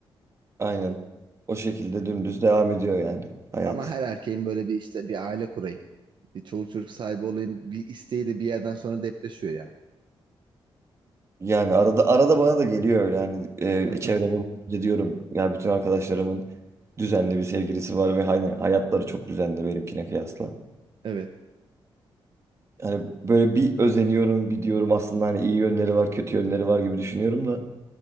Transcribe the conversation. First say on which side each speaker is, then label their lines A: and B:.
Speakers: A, on the right (about 30°); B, on the right (about 55°).
A: Aynen. O şekilde dümdüz devam ediyor yani hayat.
B: Ama her erkeğin böyle bir işte bir aile kurayım. Bir çoluk çocuk sahibi olayım. Bir isteği de bir yerden sonra depreşiyor ya.
A: Yani arada arada bana da geliyor öyle hani
B: <laughs>
A: e, çevreme bakınca diyorum ya bütün arkadaşlarımın düzenli bir sevgilisi var ve hani hayatları çok düzenli benimkine kıyasla.
B: Evet.
A: Yani böyle bir özeniyorum, bir diyorum aslında hani iyi yönleri var, kötü yönleri var gibi düşünüyorum da